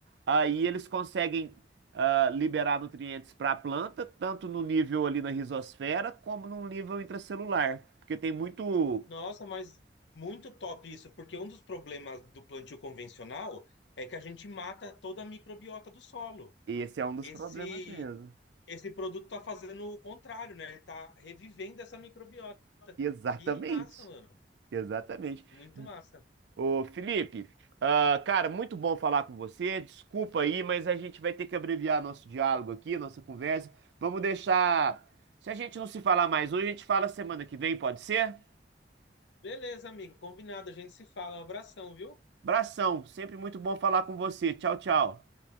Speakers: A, on the right; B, on the left.
A: Aí eles conseguem ah, liberar nutrientes para a planta, tanto no nível ali na rizosfera, como no nível intracelular. Porque tem muito.
B: Nossa, mas muito top isso, porque um dos problemas do plantio convencional é que a gente mata toda a microbiota do solo.
A: Esse é um dos
B: Esse
A: problemas mesmo.
B: Esse produto tá fazendo o contrário, né? Ele tá revivendo essa microbiota.
A: Exatamente.
B: Que massa, mano.
A: Exatamente.
B: Muito massa.
A: Ô, Felipe, ah, cara, muito bom falar com você. Desculpa aí, mas a gente vai ter que abreviar nosso diálogo aqui, nossa conversa. Vamos deixar. Se a gente não se falar mais hoje, a gente fala semana que vem, pode ser?
B: Beleza, amigo. Combinado. A gente se fala. Um abração, viu?
A: Abração, sempre muito bom falar com você. Tchau, tchau.